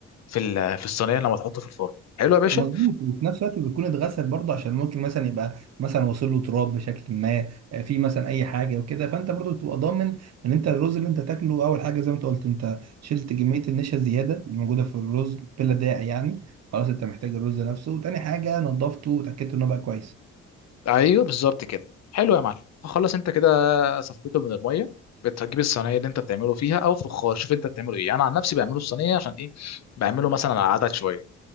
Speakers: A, on the left; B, on the right.
A: في ال- في الصينيه لما تحطه في الفرن حلو يا باشا
B: مظبوط وفي نفس الوقت بيكون اتغسل برضه عشان ممكن مثلا يبقى مثلا واصل له تراب بشكل ما آه، في مثلا اي حاجه وكده فانت برضه بتبقى ضامن ان انت الرز اللي انت تاكله اول حاجه زي ما انت قلت انت شلت كميه النشا الزياده اللي موجوده في الرز بلا داعي يعني خلاص انت محتاج الرز نفسه وتاني حاجه نظفته وتاكدت انه بقى كويس
A: ايوه بالظبط كده حلو يا معلم خلص انت كده صفيته من الميه بتجيب الصينيه اللي انت بتعمله فيها او فخار شوف انت بتعمله ايه انا عن نفسي بعمله في صينيه عشان ايه بعمله مثلا على عدد شويه